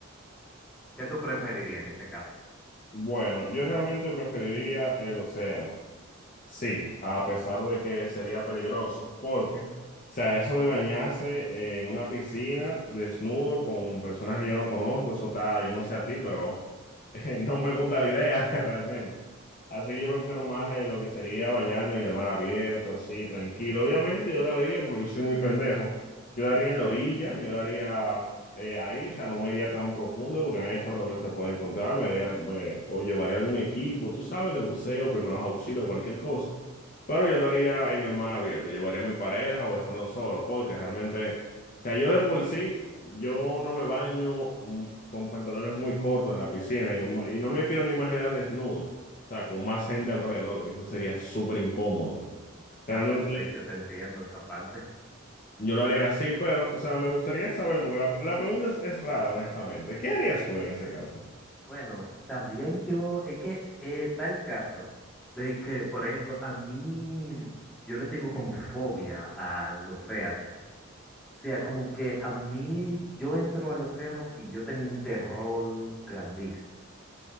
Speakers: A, in the centre; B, on the left (about 35°).
A: ¿Qué tú preferirías en ese caso?
B: Bueno, yo realmente preferiría el océano. Sí, a pesar de que sería peligroso, porque, o sea, eso de bañarse eh, en una piscina desnudo con personas que yo no conozco, eso está, yo no sé a ti, pero <laughs> eh, no me gusta la idea <laughs> realmente. Así que yo prefiero más eh, lo que sería bañarme en el mar abierto, así, tranquilo. Obviamente yo lo haría porque yo soy muy pendejo. Yo lo haría en la orilla, yo lo haría eh, ahí, o sea, no me iría tan profundo porque nadie sabe lo que se puede encontrar, me haría- me- o llevaría algún equipo, tú sabes, de buceo, primeros auxilios, cualquier cosa. Pero yo lo haría en el mar abierto, llevaría a mi pareja o estando solo, porque realmente, o sea, yo de por sí, yo no me baño mm, con pantalones muy cortos en la piscina y, y no me quiero ni imaginar desnudo, o sea, con más gente alrededor, que eso sería súper incómodo. Realmente
A: Ah, no, sí, yo te entiendo esa parte.
B: yo lo haría así, pero, o sea, me gustaría saber, porque la, la pregunta es, es rara, honestamente. ¿Qué harías tú en ese caso?
A: Bueno, también yo, es que eh, está el caso de que, por ejemplo, a mí, yo le tengo como fobia al océano. O sea, como que a mí, yo entro al océano y yo tengo un terror grandísimo.